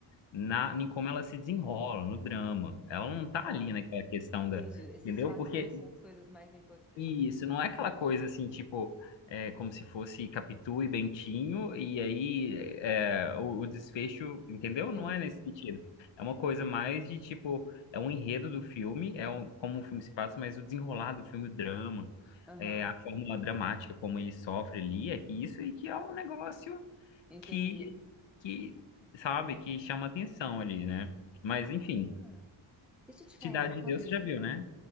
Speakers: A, on the left; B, in the centre.
A: na, em como ela se desenrola, no drama. Ela não tá
B: Tá,
A: ali naquela questão
B: entendi.
A: da,
B: Esses
A: entendeu?
B: fatos
A: Porque
B: não são as coisas mais importantes.
A: isso, não é aquela
B: Uhum.
A: coisa assim, tipo, é, como se fosse Capitu e Bentinho, e aí é, o, o desfecho, entendeu?
B: Uhum.
A: Não é nesse sentido. É uma coisa mais de tipo, é um enredo do filme, é um, como o filme se passa, mas o desenrolar do filme, o drama,
B: Aham,
A: é, a forma dramática como ele sofre ali, é que isso e que é um negócio
B: Entendi.
A: que, que, sabe, que chama atenção ali, né? Mas
B: Ah,
A: enfim,
B: deixa eu te falar
A: Cidade
B: uma
A: de
B: coisa.
A: Deus você já viu, né?